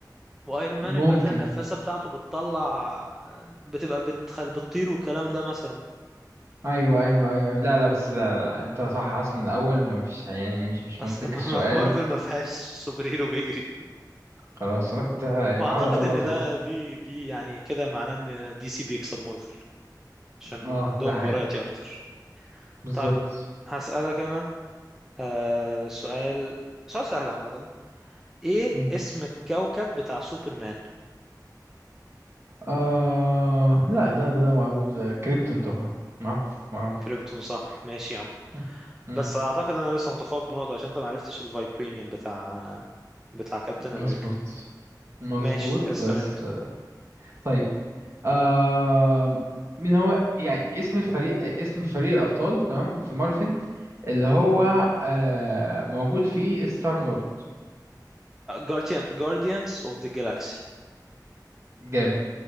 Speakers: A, in the centre; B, on the right.
A: وايرون مان
B: ممكن
A: البدله النفاثه بتاعته بتطلع آه، بتبقى بتخل بتطير والكلام ده مثلا
B: ايوه ايوه ايوه لا لا بس لا, لا, لا. انت صح اصلا من الاول مفيش يعني مش مش
A: اصل
B: منطقي
A: <laughs> ما
B: السؤال
A: ما في مارفل ما فيهاش سوبر هيرو بيجري
B: خلاص انا كنت يعني
A: واعتقد
B: بحاول اغلطك
A: ان ده دي دي يعني كده معناه ان دي سي بيكسب مارفل عشان
B: اه
A: عندهم
B: ده حقيقي
A: فرايتي اكتر
B: بالظبط
A: طب هسألك انا آه سؤال سؤال سهل عامة ايه
B: مم.
A: اسم الكوكب بتاع سوبرمان
B: آه لا ده ده معروف ده كريبتون طبعا معروف معروف
A: كريبتون صح ماشي يا عم
B: مم. مم.
A: بس اعتقد انا لسه متفوق بنقطة عشان انت معرفتش الفايبرينيوم بتاع بتاع كابتن
B: مظبوط
A: امريكا
B: مظبوط
A: ماشي اسأل
B: بس
A: انت
B: طيب آه... مين هو يعني اسم الفريق اسم فريق الأبطال تمام في مارفن اللي هو آه... موجود فيه ستار لورد
A: جارديان جارديانز اوف ذا جالاكسي
B: جامد